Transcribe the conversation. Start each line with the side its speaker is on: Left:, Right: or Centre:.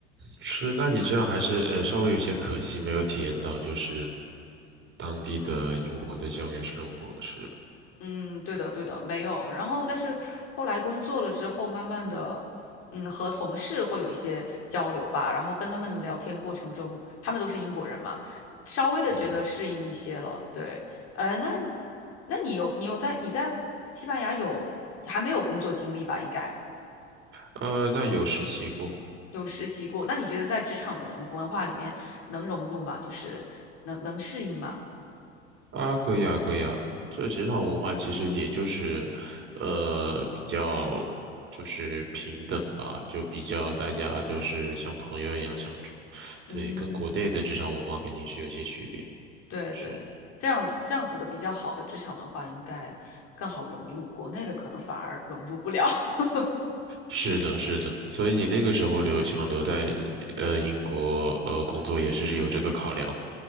Right: 是，那你这样还是呃稍微有些可惜，没有体验到就是当地的英国的校园生活是，
Left: 嗯，对的，对的，没有。然后，但是后来工作了之后，慢慢的，嗯，和同事会有一些交流吧。然后跟他们聊天过程中，他们都是英国人嘛，稍微的觉得适应一些了。
Right: 嗯哼，
Left: 对，呃，那那你有你有在你在西班牙有还没有工作经历吧？应该
Right: 呃，那有实习过
Left: 有实习过。那你觉得在职场文文化里面能融入吗？就是能能适应吗？
Right: 啊，可以啊，可以啊。这职场文化其实也就是，呃，比较就是平等吧，就比较大家都是像朋友一样相处，对，
Left: 嗯
Right: 跟国内的职场文化肯定是有些区别，
Left: 对对，
Right: 是。
Left: 这样这样子的比较好的职场文化应该更好融入，国内的可能反而融入不了。<laughs>
Right: 是的，是的，所以你那个时候留想留在呃英国呃工作也是有这个考量吗？
Left: 嗯。